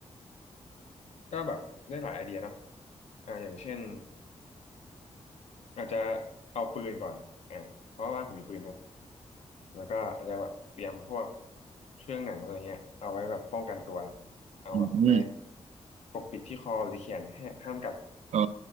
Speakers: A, on the left (about 70°); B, on the right (about 75°).
A: ก็แบบได้หลายไอเดียเนาะอ่าอย่างเช่นอาจจะเอาปืนก่อนอ่าเพราะว่าบ้านผมมีปืนนะ แล้วก็อาจจะแบบเตรียมพวกเครื่องหนังอะไรเงี้ยเอาไว้แบบป้องกันตัวเอาแบบไป
B: อืม
A: ปกปิดที่คอหรือเขียนให้ห้ามกัด
B: อ๋อ